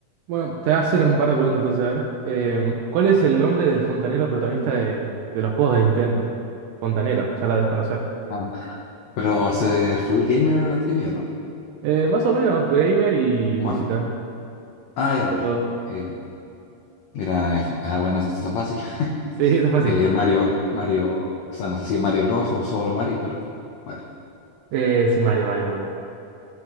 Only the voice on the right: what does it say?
Bueno, te voy a hacer un par de preguntas entonces, a ver. Em, ¿cuál es el nombre del fontanero protagonista de, de los juegos de Nintendo? Fontanero, ya la debes conocer.
Eh, más o menos, gamer y
música.
Un poco
de todo.
Sí, está fácil.
Eh, sí, Mario, Mario, Mario.